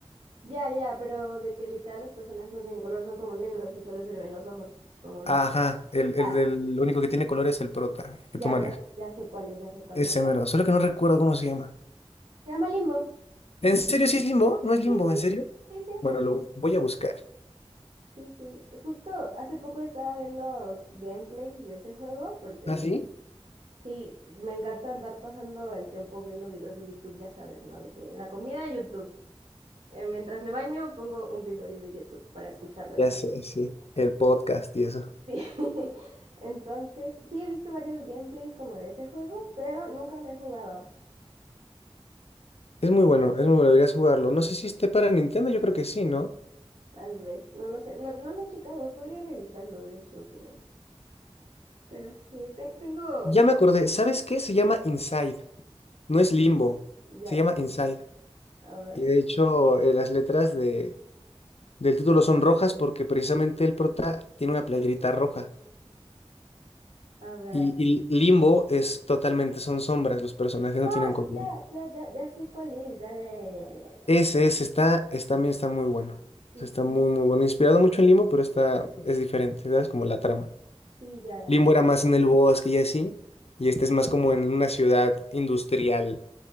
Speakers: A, on the right (about 90°); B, on the left (about 70°).
A: Ya, ya, ya, pero de que literal los personajes no tienen color, son como negros y solo se le ven los ojos, como blancos.
B: Ajá, el, el
A: Ya,
B: del lo único que tiene color es el prota, el que
A: ya,
B: tú manejas.
A: ya, ya sé cuál es, ya sé cuál
B: Ese
A: es.
B: mero, solo que no recuerdo cómo se llama.
A: Se llama Limbo.
B: ¿En serio sí es limbo? ¿No es limbo?
A: Sí, sí,
B: ¿En serio?
A: sí, sí,
B: Bueno, lo voy a buscar.
A: sí, sí. Justo hace poco estaba viendo gameplays de ese juego porque
B: ¿Ah, sí?
A: sí, me encanta andar pasando el tiempo viendo videos de YouTube, ya sabes, ¿no? De que en la comida, YouTube. Eh, mientras me baño, pongo un video de YouTube para escucharlo de
B: Ya
A: fondo.
B: sé, sí.
A: Así.
B: El podcast y eso.
A: Sí. <laughs> Entonces, sí he visto varios gameplays como de ese juego, pero nunca lo he jugado.
B: Es muy bueno, es muy bueno, deberías jugarlo. No sé si esté para Nintendo, yo creo que sí, ¿no?
A: Tal vez, no lo sé, no, no lo he checado, podría revisarlo, de hecho, pero... Pero sí, te- tengo...
B: Ya me acordé, ¿sabes qué? Se llama Inside, no es Limbo,
A: Ya,
B: se
A: ya.
B: llama Inside.
A: A ver,
B: Y de hecho, eh, las letras de, del título son rojas porque precisamente el prota tiene una playerita roja.
A: a ver.
B: Y, y Limbo es totalmente, son sombras, los personajes no
A: Ah,
B: tienen color.
A: ya, ya, ya, ya sé cuál es. Ya, ya, ya, ya, ya, ya.
B: Ese, es está, es, también está muy bueno.
A: Sí,
B: Está
A: sí,
B: muy, muy bueno. Inspirado mucho en Limbo, pero está, es diferente, ¿sabes? Como la trama.
A: sí, ya, ya.
B: Limbo era más en el bosque y así, y este es más como en una ciudad industrial,